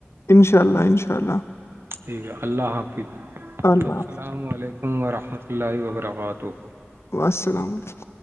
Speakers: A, on the left (about 70°); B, on the right (about 60°).
A: انشاء اللہ انشاء اللہ
B: ٹھیک ہے اللہ حافظ
A: اللہ
B: السلام علیکم ورحمۃ اللہ و برکاتہ
A: السلام علیکم